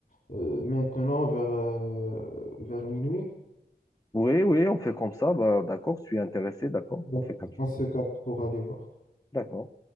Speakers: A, on the left; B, on the left.
A: euh, maintenant vers, euh, vers minuit.
B: Oui, oui, on fait comme ça. Ben, d'accord, je suis intéressé. D'accord,
A: Donc,
B: on fait comme ça.
A: on se capte pour aller voir.
B: D'accord.